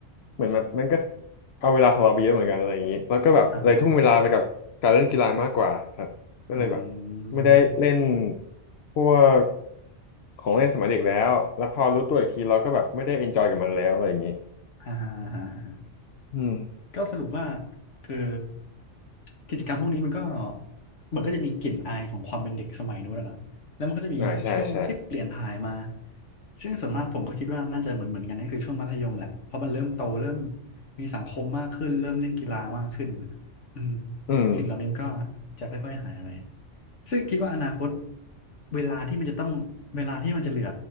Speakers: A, on the left; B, on the left.
A: เหมือนมันมันก็เอาเวลาของเราไปเยอะเหมือนกันอะไรอย่างนี้แล้วก็แบบเลยทุ่มเวลาไปกับการเล่นกีฬามากกว่าครับ
B: อ่าฮะ
A: ก็เลยแบบ
B: อื
A: ไม่ได้เล่น
B: ม
A: พวกของเล่นสมัยเด็กแล้วแล้วพอรู้ตัวอีกทีเราก็แบบไม่ได้เอนจอยกับมันแล้วอะไรอย่างนี้
B: อ่าฮะอ่าฮะ
A: อืม
B: ก็สรุปว่าคือกิจกรรมพวกนี้มันก็มันก็จะมีกลิ่นอายของความเป็นเด็กสมัยนู้นอะเนาะแล้วมันก็จะมีช่วงที่เปลี่ยนถ่ายมา
A: อ่าใช่ใช่
B: ซึ่งส่วนมากผมก็คิดว่าน่าจะเหมือนเหมือนกันนั่นคือช่วงมัธยมแหละเพราะมันเริ่มโตเริ่มมีสังคมมากขึ้นเริ่มเล่นกีฬามากขึ้นอืม
A: อืม
B: สิ่งเหล่านี้มันก็จะค่อยๆหายไปซึ่งคิดว่าอนาคตเวลาที่มันจะต้องเวลาที่มันจะเหลือ